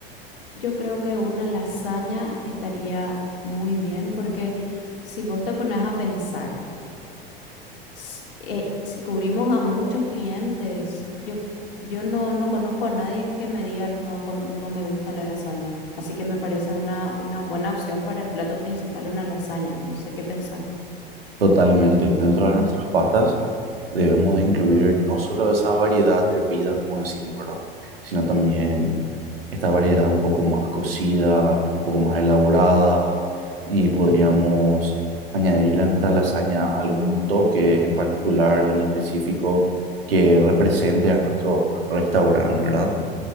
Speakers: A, on the left (about 65°); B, on the right (about 70°).
A: yo creo que una lasaña estaría muy bien porque si vos te pones a pensar, s- eh, si cubrimos a muchos clientes, yo, yo no, no conozco a nadie que me diga no, con, no me gusta la lasaña. Así que me parece una, una buena opción para el plato principal, una lasaña. No sé qué pensás.
B: Totalmente. Dentro de nuestras pastas debemos de incluir no solo esa variedad hervida, como decimos, ¿verdad? Sino también esta variedad un poco más cocida, un poco más elaborada y podríamos añadirle a nuestra lasaña algún toque en particular o en específico que represente a nuestro restaurante, ¿verdad?